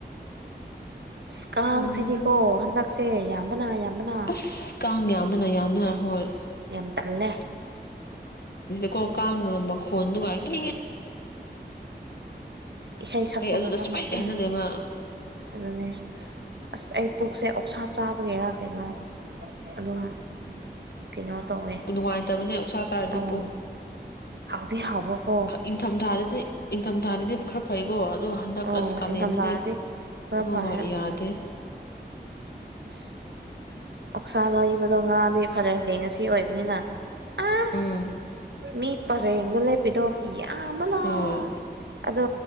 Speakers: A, on the right; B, on the left.
A: ꯑ ꯀꯥꯡꯁꯤꯗꯤꯀꯣ
B: ꯎꯝ
A: ꯍꯟꯗꯛꯁꯦ ꯌꯥꯝ ꯅꯥ ꯂꯅ
B: ꯑꯁ ꯀꯥꯡ ꯌꯥꯝꯕꯅ ꯌꯥꯝꯕꯅ ꯍꯣꯏ
A: ꯌꯥꯝꯊꯠꯂꯦ
B: ꯀꯣ ꯀꯥꯡꯗ ꯃꯈ ꯈꯣꯟ ꯑꯗꯨꯒꯉ
A: ꯏꯁꯥ ꯏ ꯁꯛꯄꯒꯖꯃꯅ
B: ꯑꯩ ꯑꯗꯨꯗ ꯁꯨꯡꯍꯩ ꯍꯩꯅꯗꯦꯕ
A: ꯑꯗꯨꯅꯦ ꯑꯁ ꯑꯩ ꯄꯨꯛꯁꯦ ꯑꯣꯛꯁꯥ ꯆꯥꯕꯒꯤꯔ ꯀꯩꯅꯣ ꯑꯗꯨꯝ ꯀꯩꯅꯣ ꯇꯧꯋꯦ
B: ꯅꯨꯡꯉꯥꯏꯇꯕꯅꯦ ꯎꯁꯥ ꯆꯥꯔꯗꯤ
A: ꯑꯣ
B: ꯄꯨ
A: ꯍꯥꯎꯗꯤ ꯍꯥꯎꯕꯀꯣ
B: ꯏꯪ ꯊꯝ ꯊꯥꯔ ꯁꯤ ꯏꯟꯀꯝ ꯇꯥꯔꯗꯤ ꯈꯔ ꯐꯩꯀꯣ ꯑꯗꯨꯒ ꯍꯟꯗꯛ
A: ꯑꯣ
B: ꯑꯁ ꯀꯅꯦꯅꯗꯤ
A: ꯏꯪꯊꯝꯊꯥꯗꯤ ꯈꯔ
B: ꯍ
A: ꯐꯩ ꯎꯝ
B: ꯌꯥꯗꯦ
A: <unintelligible> ꯑꯣꯛꯁꯥ ꯂꯕꯗꯣ ꯉꯔꯥꯡꯗꯤ ꯐꯥꯗꯔꯁ ꯗꯦ ꯉꯁꯤ ꯑꯣꯏꯕꯅꯤꯅ ꯄꯥꯁ
B: ꯎꯝ
A: ꯃꯤ ꯄꯔꯦꯡꯒ ꯂꯦꯞꯄꯤꯗꯣ ꯌꯥꯝꯕ ꯂ
B: ꯍꯣꯏ
A: ꯑꯗꯣ